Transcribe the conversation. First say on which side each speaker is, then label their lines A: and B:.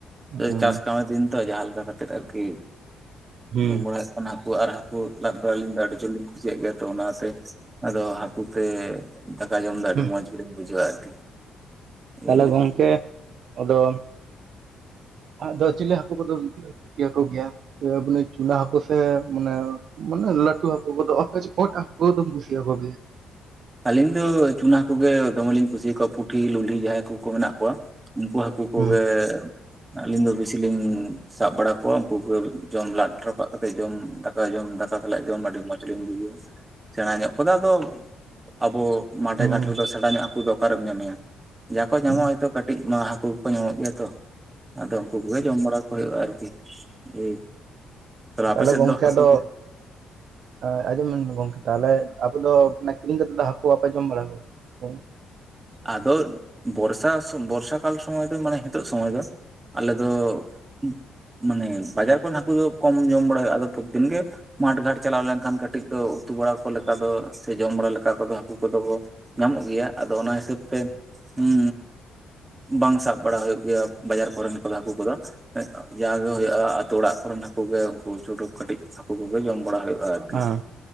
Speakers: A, on the right (about 65°); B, on the right (about 20°).
A: ᱦᱩᱸ
B: ᱪᱟᱥ ᱠᱟᱹᱢᱤ ᱫᱤᱱ ᱛᱚ ᱡᱟᱦᱟᱸ ᱞᱮᱠᱟ ᱠᱟᱛᱮ ᱠᱟᱛᱮᱫ ᱟᱨᱠᱤ
A: ᱦᱩᱸ
B: ᱡᱚᱢᱼᱵᱟᱲᱟ ᱾ ᱚᱱᱟ ᱠᱩ ᱦᱟᱹᱠᱩ ᱟᱨ ᱦᱟᱹᱠᱩ ᱞᱟᱫ ᱫᱚ ᱟᱹᱞᱤᱧ ᱫᱚ ᱟᱹᱰᱤ ᱡᱳᱨᱞᱤᱧ ᱠᱩᱥᱤᱭᱟᱜ ᱜᱮᱭᱟ ᱛᱚ ᱚᱱᱟᱛᱮ ᱟᱫᱚ ᱦᱟᱹᱠᱩ ᱛᱮ ᱫᱟᱠᱟ ᱡᱚᱢ ᱫᱚ ᱟᱹᱰᱤ
A: ᱦᱩᱸ
B: ᱢᱚᱸᱡᱽ ᱜᱮᱞᱤᱧ ᱵᱩᱡᱷᱟᱹᱣᱟ ᱟᱨᱠᱤ ᱦᱩᱸ
A: ᱛᱟᱦᱚᱞᱮ ᱜᱚᱝᱠᱮ ᱟᱫᱚ ᱟᱫᱚ ᱪᱤᱞᱤ ᱦᱟᱹᱠᱩ ᱠᱚᱫᱚ, ᱤᱭᱟᱹ ᱠᱚ ᱜᱮᱭᱟ ᱟᱫ ᱪᱩᱱᱟ ᱦᱟᱹᱠᱩ ᱥᱮ ᱢᱟᱱᱮ, ᱢᱟᱱᱮ ᱞᱟᱴᱩ ᱦᱟᱹᱠᱩ ᱠᱚᱫᱚ <unintelligible> ᱦᱟᱹᱠᱩ ᱠᱷᱩᱥᱤᱭᱟ ᱟᱠᱚ ᱜᱮ
B: ᱟᱹᱞᱤᱧ ᱫᱚ ᱪᱩᱱᱟ ᱦᱟᱹᱠᱩ ᱜᱮ ᱫᱚᱢᱮᱞᱤᱧ ᱠᱩᱥᱤ ᱟᱠᱚᱣᱟ ᱯᱩᱴᱷᱤ ᱞᱩᱞᱦᱤ ᱡᱟᱦᱟᱸᱭ ᱠᱚ ᱠᱚ ᱢᱮᱱᱟᱜ ᱠᱚ ᱠᱚᱣᱟ ᱩᱱᱠᱩ ᱦᱟᱹᱠᱩ ᱠᱚᱜᱮ
A: ᱦᱩᱸ
B: ᱟᱹᱞᱤᱧ ᱫᱚ ᱵᱮᱥᱤ ᱞᱤᱧ ᱥᱟᱵ ᱵᱟᱲᱟ ᱠᱚᱣᱟ ᱩᱱᱠᱩ ᱠᱚᱜᱮ ᱡᱚᱢ ᱞᱟᱫ ᱨᱟᱯᱟᱜ ᱠᱟᱛᱮᱫ ᱡᱚᱢ ᱫᱟᱠᱟ ᱡᱚᱢ ᱫᱟ ᱥᱟᱫ ᱞᱟᱫ ᱡᱚᱢ ᱟᱹᱰᱤ ᱢᱚᱸᱡᱽ ᱞᱤᱧ ᱵᱩᱡᱟ, ᱥᱮᱬᱟ ᱧᱚᱜ ᱠᱚᱫᱚ ᱟᱫᱚ ᱟᱵᱚ ᱢᱟᱴᱷᱮ
A: ᱦᱩᱸ
B: ᱜᱷᱟᱴ ᱨᱮᱫᱚ ᱥᱮᱲᱟ ᱧᱚᱜ ᱦᱟᱹᱠᱩ ᱫᱚ ᱚᱠᱟᱨᱮᱢ ᱧᱟᱢᱮᱭᱟ ᱡᱟ ᱠᱚ ᱧᱟᱢᱚᱜᱼᱟ
A: ᱦᱩᱸ
B: ᱦᱚᱭᱛᱳ ᱠᱟᱹᱴᱤᱡ ᱢᱟ ᱦᱟᱹᱠᱩ ᱠᱚᱜᱮ ᱠᱚ ᱧᱟᱢᱚᱜ ᱜᱮᱭᱟ ᱛᱚ ᱟᱫᱚ ᱩᱱᱠᱩ ᱠᱚᱜᱮ ᱡᱚᱢ ᱵᱟᱲᱟ ᱠᱚ ᱦᱩᱭᱩᱜᱼᱟ ᱟᱨᱠᱤ ᱮᱭ ᱟᱯᱮ
A: ᱛᱟᱦᱞᱮ
B: ᱥᱮᱫ
A: ᱜᱚᱢᱠᱮ
B: ᱫᱚ ᱦᱟᱹᱠᱩ
A: ᱟᱫᱚ,
B: ᱠᱚ
A: ᱮᱸ ᱟᱸᱡᱚᱢ ᱵᱤᱱ ᱜᱚᱝᱠᱮ ᱛᱟᱦᱚᱞᱮ ᱟᱯᱮ ᱫᱚ ᱠᱤᱨᱤᱧ ᱠᱟᱛᱮᱜ ᱫᱚ ᱦᱟᱹᱠᱩ ᱵᱟᱯᱮ ᱡᱚᱢ ᱵᱟᱲᱟ ᱠᱚ ᱦᱩ,
B: ᱟᱫᱚ ᱵᱚᱨᱥᱟ ᱥᱮ ᱵᱚᱨᱥᱟ ᱠᱟᱞ ᱥᱚᱢᱚᱭ ᱫᱚ ᱢᱟᱱᱮ ᱱᱤᱛᱚᱜ ᱥᱚᱢᱚᱭ ᱫᱚ ᱟᱞᱮ ᱫᱚ <inaudible> ᱢᱟᱱᱮ ᱵᱟᱡᱟᱨ ᱠᱷᱚᱱ ᱦᱟᱹᱠᱩ ᱫᱚ ᱠᱚᱢ ᱡᱚᱢ ᱵᱟᱲᱟᱭ ᱟᱫᱚ ᱯᱨᱚᱛᱤ ᱫᱤᱱ ᱜᱮ ᱢᱟᱴᱷ ᱜᱷᱟᱴ ᱪᱟᱞᱟᱣ ᱞᱮᱱᱠᱷᱟᱱ ᱠᱟᱹᱴᱤᱡ ᱫᱚ ᱩᱛᱩ ᱵᱟᱲᱟ ᱠᱚ ᱞᱮᱠᱟ ᱫᱚ ᱥᱮ ᱡᱚᱢ ᱵᱟᱲᱟ ᱞᱮᱠᱟ ᱠᱚᱫᱚ ᱦᱟᱹᱠᱩ ᱠᱚᱫᱚ ᱠᱚ ᱧᱟᱢᱚᱜ ᱜᱮᱭᱟ ᱟᱫᱚ ᱚᱱᱟ ᱦᱤᱥᱟᱹᱵ ᱛᱮ ᱩᱸ ᱵᱟᱝ ᱥᱟᱵ ᱵᱟᱲᱟ ᱦᱩᱭᱩᱜ ᱜᱮᱭᱟ ᱵᱟᱡᱟᱨ ᱠᱚᱨᱮᱱ ᱠᱚᱫᱚ ᱦᱟᱹᱠᱩ ᱠᱚᱫᱚ ᱮᱸ ᱡᱟᱜᱮ ᱦᱩᱭᱩᱜ ᱟᱹᱛᱩ ᱚᱲᱟᱜ ᱠᱚᱨᱮᱱ ᱦᱟᱹᱠᱩ ᱜᱮ ᱩᱱᱠᱩ ᱪᱩᱰᱩᱵ ᱠᱟᱹᱴᱤᱡ ᱦᱟᱹᱠᱩ ᱠᱚᱜᱮ ᱡᱚᱢ ᱵᱟᱲᱟ ᱦᱩᱭᱩᱜᱼᱟ ᱟᱨᱠᱤ
A: ᱦᱮᱸ